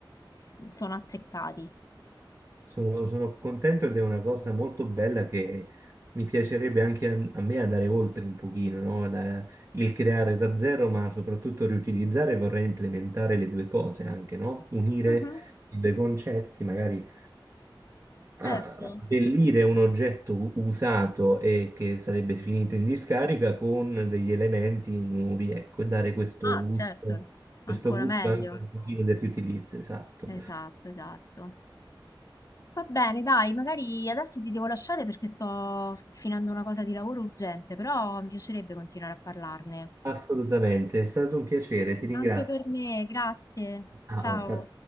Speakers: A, on the left; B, on the right.
A: s- sono azzeccati.
B: Sono, sono contento ed è una cosa molto bella che mi piacerebbe anche a, a me andare oltre un pochino, no? La- il creare da zero, ma soprattutto riutilizzare, vorrei implementare le due cose anche, no? Unire
A: Mhm,
B: i due concetti, magari a-
A: certo.
B: abbellire un oggetto u- usato e che sarebbe finito in discarica con degli elementi nuovi, ecco, e dare questo
A: Ah,
B: gusto,
A: certo,
B: questo
A: ancora
B: gusto
A: meglio.
B: anche un pochino del riutilizzo, esatto.
A: Esatto, esatto. Va bene, dai, magari adesso ti devo lasciare perché sto finendo una cosa di lavoro urgente, però mi piacerebbe continuare a parlarne.
B: Assolutamente, è stato un piacere, ti ringrazio.
A: Anche per me, grazie.
B: Ciao,
A: Ciao.
B: ciao.